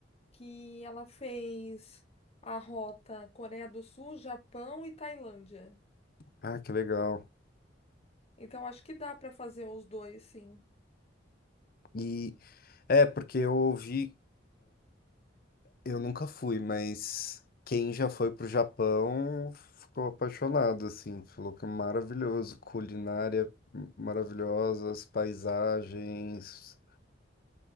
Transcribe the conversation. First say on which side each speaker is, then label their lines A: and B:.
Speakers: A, on the left (about 35°); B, on the left (about 55°).
A: que ela fez a rota Coreia do Sul, Japão e Tailândia.
B: Ah, que legal.
A: Então, acho que dá para fazer os dois, sim.
B: E é, porque eu ouvi. Eu nunca fui, mas quem já foi pro Japão ficou apaixonado, assim, falou que é maravilhoso, culinária m- maravilhosa, as paisagens.